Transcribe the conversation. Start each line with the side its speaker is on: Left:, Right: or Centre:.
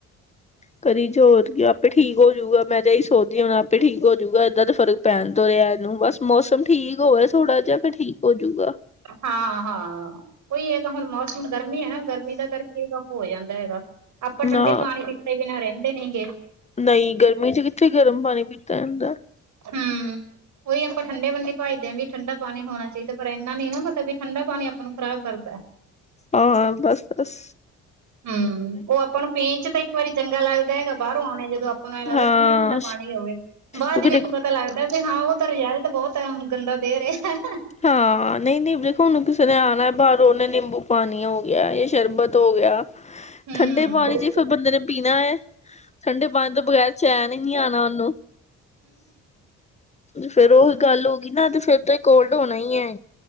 Left: ਕਰੀ ਜੋਰ ਆਪੇ ਠੀਕ ਹੋਜੂਗਾ। ਮੈਂ ਤਾਂ ਇਹੀ ਸੋਚਦੀ ਹੁਣ ਆਪ ਹੀ ਠੀਕ ਹੋਜੂਗਾ ਏਦਾਂ ਤਾਂ ਫ਼ਰਕ ਪੈਣ ਤੋਂ ਰਿਆ ਇਨੂੰ ਬਸ ਮੌਸਮ ਠੀਕ ਹੋਵੇ। ਥੋੜਾ ਜਿਹਾ ਫਿਰ ਠੀਕ ਹੋਜੂਗਾ।
Right: ਹਾਂ-ਹਾਂ ਕੋਈ ਹੈਗਾ ਹੁਣ ਮੌਸਮ ਗਰਮੀ ਐ ਨਾ ਗਰਮੀ ਦਾ ਕਰਕੇ ਹੋ ਜਾਂਦਾ ਹੈਗਾ। ਆਪਾਂ ਠੰਡੇ
Left: ਨਾ
Right: ਪਾਣੀ ਪੀਤੇ ਬਿਨਾਂ ਰੈਂਦੇ ਨੇ ਗੇ।
Left: ਨਈ ਗਰਮੀ 'ਚ ਕਿੱਥੇ ਗਰਮ ਪਾਣੀ ਪੀਤਾ ਜਾਂਦਾ।
Right: ਹੂੰ ਉਹੀ ਆਪਾਂ ਠੰਡੇ ਵੰਡੀ ਭੱਜਦੇ ਆਂ ਵੀ ਠੰਡਾ ਪਾਣੀ ਹੋਣਾ ਚਾਈਦਾ ਪਰ ਇਨਾ ਨੀ ਨਾ ਤਾਂ ਵੀ ਠੰਡਾ ਪਾਣੀ ਆਪਾਂ ਨੂੰ ਖ਼ਰਾਬ ਕਰਦਾ।
Left: ਹਾਂ ਬਸ-ਬਸ
Right: ਹੂੰ। ਉਹ ਆਪਾਂ ਨੂੰ ਪੀਣ 'ਚ ਤਾਂ ਇੱਕ ਵਾਰੀ ਚੰਗਾ ਲੱਗਦਾ ਹੈਗਾ ਬਾਰੋਂ ਆਉਣੇ ਜਦੋਂ ਆਪਾਂ ਨੂੰ ਏ ਲੱਗਦਾ
Left: ਹਾਂ
Right: ਠੰਡਾ-ਠੰਡਾ ਪਾਣੀ ਹੋਵੇ। ਬਾਦ
Left: ਤੂੰ ਵੀ
Right: ਵਿੱਚ
Left: ਦੇਖੋ
Right: ਪਤਾ ਲੱਗਦਾ ਵੀ ਹਾਂ ਓ ਤਾਂ ਰਿਜਲਟ ਬੋਤ ਗੰਦਾ ਦੇ ਰਿਆ।
Left: ਹਾਂ ਨਈ-ਨਈ ਵੇਖੋ ਹੁਨ ਕਿਸੇ ਨੇ ਆਣਾ ਬਾਰੋ ਉਨੇ ਨਿੰਬੂ ਪਾਣੀ ਓ ਗਿਆ ਜਾਂ ਸ਼ਰਬਤ ਹੋ ਗਿਆ
Right: ਹੂੰ-ਹੂੰ-ਹੂੰ।
Left: ਠੰਡੇ ਪਾਣੀ 'ਚ ਫਿਰ ਬੰਦੇ ਨੇ ਪੀਣਾ ਏ ਠੰਡੇ ਪਾਣੀ ਤੋਂ ਬਗੈਰ ਚੈਨ ਈ ਨੀ ਆਉਣਾ ਉਨੂੰ ਤੇ ਫਿਰ ਉਹੀ ਗੱਲ ਹੋ ਗਈ ਨਾ ਤੇ ਫਿਰ ਤੇ ਕੋਲਡ ਹੋਣਾ ਈ ਏ।